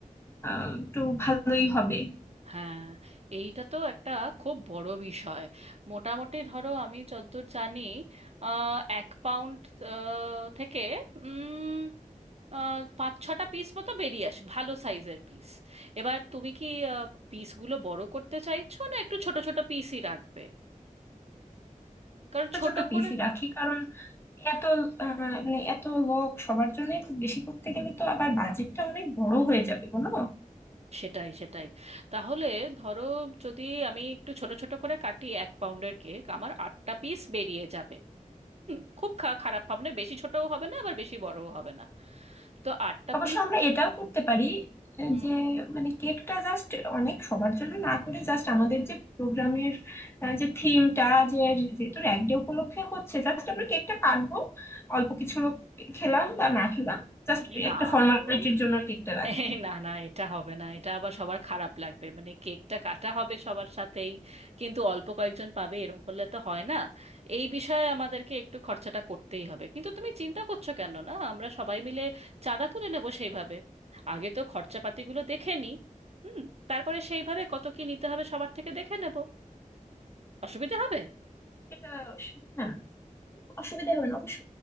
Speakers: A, on the left; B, on the right.
A: আহ, একটু ভালোই হবে
B: হ্যাঁ এইটা তো একটা খুব বড় বিষয় মোটামুটি ধরো আমি যতদূর জানি আহ, এক পাউন্ড আহ, থেকে উম, আহ, পাঁচ ছটা পিস মতো বেরিয়ে আসে ভালো সাইজের পিস এবার তুমি কি পিসগুলো বড় করতে চাইছো না একটু ছোট ছোট পিসই রাখবে কারণ
A: ছোট
B: ছোট
A: ছোট পিসই
B: করে
A: রাখি কারণ এত আহ, মানে এত লোক সবার জন্য খুব বেশি করতে গেলে তো আবার বাজেটটা অনেক বড় হয়ে যাবে বলো
B: সেটাই সেটাই তাহলে ধরো যদি আমি একটু ছোট ছোট করে কাটি এক পাউন্ডের কেক আমার আটটা পিস বেরিয়ে যাবে হুম, খুব খা- খারাপ হবে না বেশি ছোটও হবে না আবার বেশি বড়ও হবে না তো আটটা
A: অবশ্য
B: পিস
A: আমরা এটাও করতে পারি আহ,
B: হুম
A: যে মানে কেকটা জাস্ট অনেক সবার জন্য না করে জাস্ট আমাদের যে প্রোগ্রামের যে থিমটা যে যেহেতু এক ডে উপলক্ষে হচ্ছে জাস্ট আমরা কেকটা কাটবো অল্প কিছু লোক খেলাম বা না খেলাম জাস্ট
B: এই না
A: একটা ফর্মালিটির
B: গো
A: জন্য কেকটা রাখি
B: এই না না এটা হবে না এটা আবার সবার খারাপ লাগবে মানে কেকটা কাটা হবে সবার সাথেই কিন্তু অল্প কয়েকজন পাবে এরকম করলে তো হয় না এই বিষয়ে আমাদেরকে একটু খরচাটা করতেই হবে কিন্তু তুমি চিন্তা করছো কেন না আমরা সবাই মিলে চাঁদা তুলে নেবো সেইভাবে আগে তো খরচাপাতিগুলো দেখে নিই হুম তারপরে সেইভাবে কত কি নিতে হবে সবার থেকে দেখে নেবো অসুবিধা হবে
A: এটা হ্যাঁ অসুবিধা হবে না অবশ্য